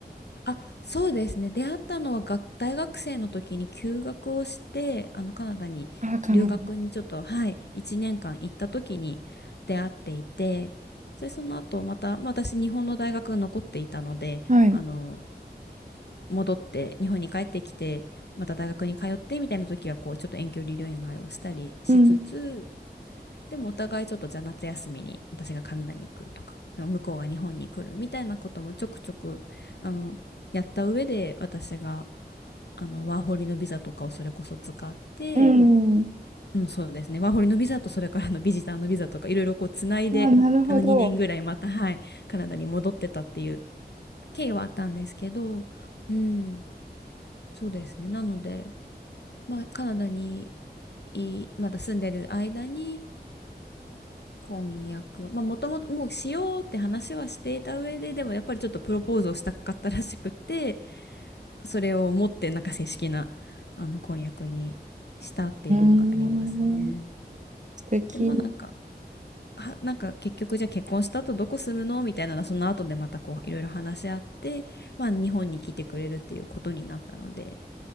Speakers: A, on the left; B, on the right.
A: あ、そうですね。出会ったのは学大学生の時に休学をして、あのカナダに留学にちょっと、
B: ああ、カナダ。
A: はい、1年間行った時に出会っていて、で、その後また、まあ、私日本の大学が残っていたので、
B: はい。
A: あの、戻って日本に帰ってきて、また大学に通ってみたいな時はこうちょっと遠距離恋愛をしたりしつつ、
B: うん。
A: でもお互いちょっとじゃあ夏休みに私がカナダに行くとか、向こうが日本に来るみたいなこともちょくちょく、あの、やった上で私が、あの、ワーホリのビザとかをそれこそ使って、
B: うん。
A: うん、そうですね。ワーホリのビザとそれからのビジターのビザとかいろいろこうつないで、
B: ああ、なるほど。
A: あの2年ぐらいまた、はい、カナダに戻ってたっていう経緯はあったんですけど、うん、そうですね。なので、まあ、カナダにいまだ住んでる間に、婚約。まあ、もともともうしようって話はしていた上で、でもやっぱりちょっとプロポーズをしたかったらしくて、それを持ってなんか正式な、あの、婚約にしたっていうのがありますね。
B: うーん。素敵。
A: で、まあなんか、は、なんか結局じゃあ結婚した後どこ住むのみたいなのはその後でまたこういろいろ話し合って、まあ日本に来てくれるっていうことになったので、